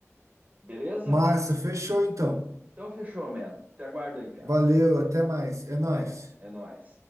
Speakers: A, on the right; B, on the right.
A: Beleza?
B: Massa, fechou então.
A: Então fechou, mano. Te aguardo aí, Piá.
B: Valeu, até mais. É nóis.
A: Até, é nóis.